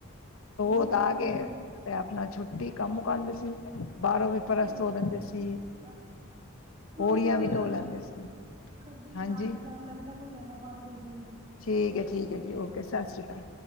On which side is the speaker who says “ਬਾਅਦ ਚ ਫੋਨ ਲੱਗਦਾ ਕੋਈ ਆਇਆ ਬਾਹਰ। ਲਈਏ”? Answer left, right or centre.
Right